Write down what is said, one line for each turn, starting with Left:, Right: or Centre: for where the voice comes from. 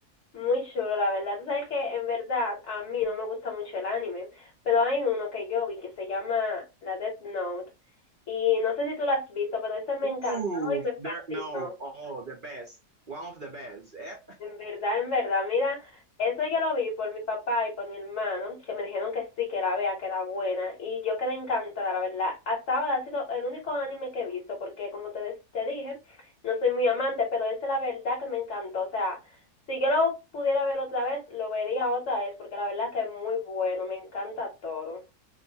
Left: Muy chulo, la verdad. Tú sabes que en verdad a mí no me gusta mucho el anime, pero hay uno que yo vi que se llama La Death Note Y no sé si tú lo has visto, pero ese me
Right: Uh,
Left: encantó y me fascinó.
Right: there, no, oh, the best, one of the best. Eh,
Left: En verdad, en verdad, mira, eso yo lo vi por mi papá y por mi hermano, que me dijeron que sí, que la vea, que era buena. Y yo quedé encantada, la verdad. Hasta ahora ha sido el único anime que he visto, porque como te, des- te dije, no soy muy amante, pero ese la verdad que me encantó. O sea, si yo lo pudiera ver otra vez, lo vería otra vez, porque la verdad que es muy bueno, me encanta todo.